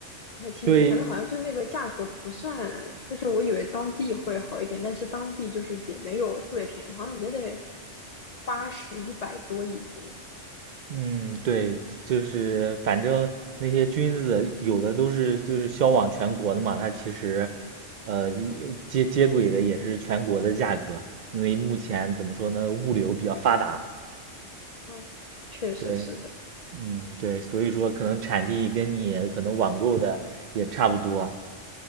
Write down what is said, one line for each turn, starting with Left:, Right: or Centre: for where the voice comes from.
Left: 不太清楚，
Right: 对，
Left: 反正好像就是那个价格不算，就是我以为当地会好一点，但是当地就是也没有特别便宜，好像也得八十一百多一斤。
Right: 嗯，对，就是反正那些菌子有的都是就是销往全国的嘛，它其实，呃，一接接轨的也是全国的价格，因为目前怎么说呢，物流比较发达，
Left: 嗯，确实是的。
Right: 对，嗯，对，所以说可能产地跟你可能网购的也差不多，